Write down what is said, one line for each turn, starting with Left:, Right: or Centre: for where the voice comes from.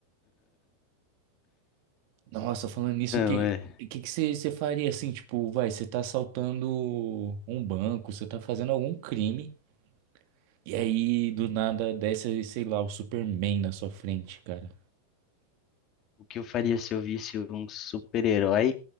Right: Nossa, falando nisso,
Left: Não,
Right: o que
Left: é.
Right: o que que você você faria assim? Tipo, vai, você tá assaltando um banco, você tá fazendo algum crime, e aí do nada desce, sei lá, o Superman na sua frente, cara.
Left: O que eu faria se eu visse um super-herói